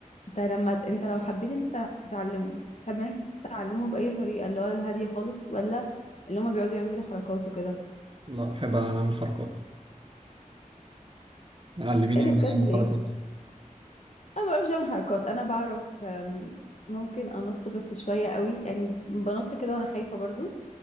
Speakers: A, on the left; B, on the right.
A: انت لما انت لو حبيت انت تع- تتعلمه تحب انت تتعلمه باي طريقه اللي هو الهاديه خالص ولا اللي هما بيقعدوا يعملوا حركات وكده
B: لا بحب أعمل حركات علميني
A: ايه ده
B: إن أنا
A: بجد
B: أعمل
A: ليه
B: حركات
A: انا ما بعرفش اعمل حركات انا بعرف أم، ممكن انط بس شويه قوي يعني بنط كده وانا خايفه برضو